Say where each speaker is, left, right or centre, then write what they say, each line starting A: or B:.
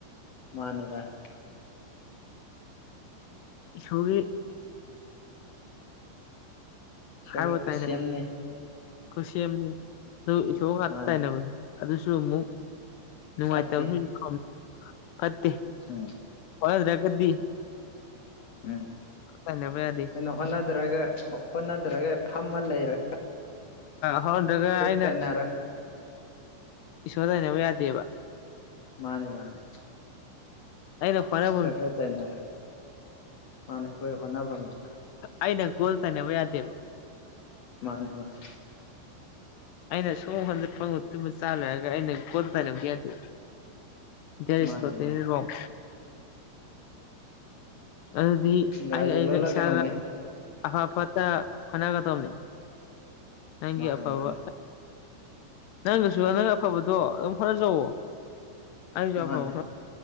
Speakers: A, on the left; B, on the left.
A: ꯃꯥꯅꯦꯒ
B: ꯏꯁꯣꯔꯒꯤ
A: ꯏꯁꯣꯔꯒꯤ
B: ꯍꯥꯏꯔ
A: ꯈꯨꯠꯁꯦꯝꯅꯤ
B: ꯇꯥꯏꯅꯕ ꯑꯣꯏ ꯁꯦꯝꯅꯤ ꯑꯗꯨ ꯏꯁꯣꯔ ꯉꯥꯛꯇ
A: ꯃꯥꯅꯤ
B: ꯇꯥꯏꯅꯕꯁꯨ ꯑꯗꯨꯁꯨ ꯑꯃꯨꯛ ꯅꯨꯡꯉꯥꯏꯇꯕꯁꯨ
A: ꯐꯠꯇꯦ
B: ꯐꯠꯇꯦ
A: ꯍ
B: ꯍꯣꯠꯅꯗꯔꯒꯥꯗꯤ
A: ꯎꯝ
B: ꯇꯥꯏꯅꯕ ꯌꯥꯗꯦ
A: ꯑꯩꯈꯣꯏꯅ ꯍꯣꯠꯅꯗ꯭ꯔꯒ ꯍꯣꯠꯅꯗꯔꯒ ꯐꯝꯃ ꯂꯩꯔꯒ
B: ꯍꯧꯔꯗ꯭ꯔꯒ ꯑꯩꯅ
A: ꯇꯥꯏꯅꯔ
B: ꯏꯁꯣꯔꯗ ꯂꯩꯕ ꯌꯥꯗꯦꯕ
A: ꯃꯥꯅꯦ ꯃꯥꯅꯦ
B: ꯑꯩꯅ <unintelligible>
A: ꯁꯗ ꯇꯥꯏꯅꯔ ꯃꯥꯅ ꯑꯩꯈꯣꯏ ꯍꯣꯠꯅꯕꯅꯕ
B: ꯑꯩꯅ ꯀꯣꯜ ꯁꯅꯕ ꯌꯥꯗꯦꯕ
A: ꯃꯥꯅꯦ ꯃꯥꯅꯦ
B: <inaudible> ꯑꯩꯅ ꯁꯣꯝ ꯋꯥꯟꯗ ꯐꯪꯕ ꯇꯨꯝꯕ ꯆꯥ ꯂꯣꯏꯔꯒ ꯑꯩꯅ ꯒꯣꯗꯥꯥꯏ ꯂꯧꯗ ꯌꯥꯗꯦ ꯗꯔꯤꯁ
A: ꯃꯥꯅꯦ
B: ꯏꯁ ꯇꯣꯇꯦꯜꯂꯤ
A: ꯃꯥꯅꯦ
B: ꯔꯣꯡ ꯑꯗꯨꯗꯤ
A: ꯏꯪꯒ꯭ꯔꯥꯖꯤ
B: ꯑꯩ ꯑꯩꯒ
A: ꯂꯣꯜꯂ
B: ꯏꯁꯥꯒ
A: ꯀꯩꯅꯣꯝꯅꯦ
B: ꯑꯐ ꯑꯐꯠꯇ ꯍꯣꯠꯅꯒꯗꯕꯅꯦ ꯅꯪꯒꯤ
A: ꯃꯥꯅꯦ
B: ꯑꯐꯕ
A: ꯃꯥꯅꯦ
B: ꯅꯪꯒꯁꯨ ꯅꯪ ꯑꯐꯕꯗꯣ ꯑꯗꯨꯝ ꯍꯣꯠꯅꯖꯋ ꯑꯩꯁꯨ
A: ꯃꯥꯅꯦ
B: ꯑꯐꯕ